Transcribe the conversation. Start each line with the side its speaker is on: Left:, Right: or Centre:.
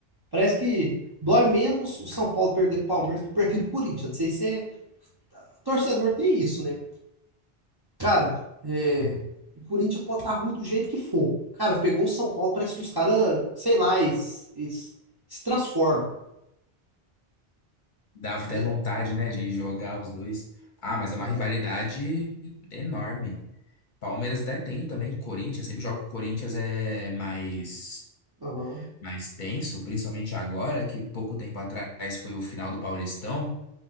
Right: Parece que dói menos o São Paulo perder pro Palmeiras que perder pro Corinthians. Não sei se é... torcedor tem isso, né? Cara, é,
Left: É.
Right: o Corinthians pode estar ruim do jeito que for. Cara, pegou o São Paulo, parece que os caras, sei lá, eles, eles se transformam.
Left: Dá até
Right: E-
Left: vontade, né, de jogar os dois. Ah, mas é
Right: Aham,
Left: uma rivalidade enorme. Palmeiras até tem também, Corinthians, sempre joga com o Corinthians é mais
Right: aham,
Left: mais tenso, principalmente agora, que pouco tempo atrás foi o final do Paulistão,